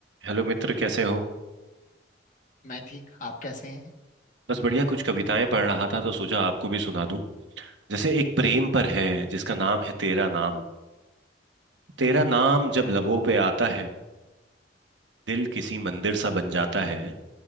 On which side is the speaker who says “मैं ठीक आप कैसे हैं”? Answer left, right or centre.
Left